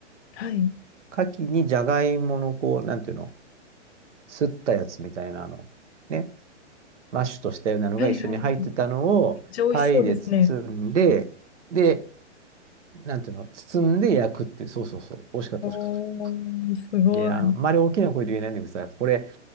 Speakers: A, on the left; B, on the right.
A: はい。
B: 牡蠣にじゃがいもの、こう、なんていうの、すったやつみたいなの、ね、マッシュとしたようなのが一緒に入ってたのを、
A: はいはい。めっちゃ美味しそうですね。
B: パイで包んで、で、なんていうの、包んで焼くっていう、そうそうそう、美味しかった、
A: おー、
B: 美味しかった。
A: すごい。
B: で、あんまり大きな声で言えないんだけどさ、これ、